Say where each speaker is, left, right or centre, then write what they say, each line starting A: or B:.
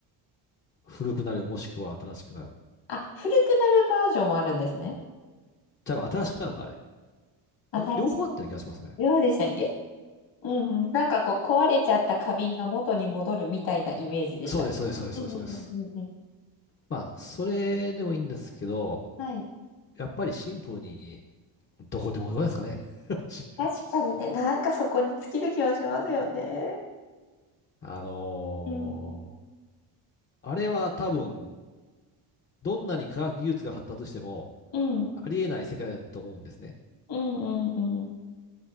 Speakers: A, on the left; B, on the left.
A: 古くなる、もしくは新しくなる。
B: あ、古くなるバージョンもあるんですね。
A: じゃあ、新しくなるんか、あれ。
B: 新しい。
A: え両方あったような気がしますね。
B: どうでしたっけうんうん。なんかこう壊れちゃった花瓶が元に戻るみたいなイメージでした。
A: そうです、そうです、そうです、
B: うんうんうんうんうん。
A: そうです。そうですまあ、それでもいいんですけど、
B: はい。
A: やっぱりシンプルに、どこでもどこですかね。<laughs> 私。
B: 確かにね、なんかそこに尽きる気はしますよね。
A: あのー
B: うん。
A: あれは多分、どんなに科学技術が発達しても、
B: うん、
A: ありえない世界だと思うんですね。
B: うんうんうん。